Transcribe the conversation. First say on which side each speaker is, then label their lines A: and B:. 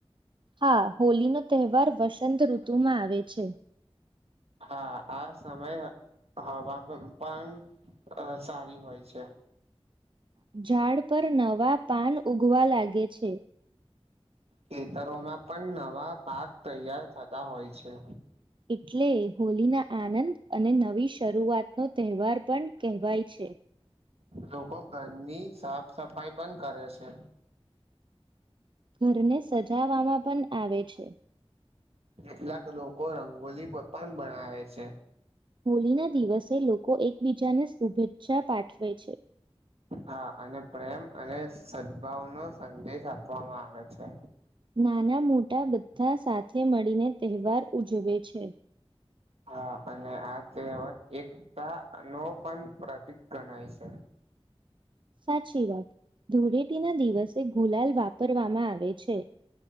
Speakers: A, on the right; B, on the right.
A: હા! હોલી નો તહેવાર વસંત ઋતુ માં આવે છે.
B: હા આ સમય હવા પણ સારી હોય છે.
A: ઝાડ પર નવા પાન ઉગવા લાગે છે.
B: ખેતરોમાં પણ નવા પાક તૈયાર થતા હોય છે.
A: એટલે હોલી ના આનંદ અને નવી શરૂઆત નો તહેવાર પણ કહેવાય છે.
B: લોકો ઘરની સાફ સફાઈ પણ કરે છે.
A: ઘરને સજાવામાં પણ આવે છે.
B: કેટલાક લોકો રંગોલી પણ બનાવે છે.
A: હોળ ના દિવસે લોકો એકબીજાને શુભેચ્છા પાઠવે છે.
B: હા અને પ્રેમ અને સદભાવ નો સંદેશ આપવામાં આવે છે.
A: નાના મોટા બધા સાથે મળીને તહેવાર ઉજવે છે.
B: હા અને આ તહેવાર એકતા નો પણ પ્રતિક ગણાય છે.
A: સાચી વાત, ધૂળેટી ના દિવસે ગુલાલ વાપરવામાં આવે છે.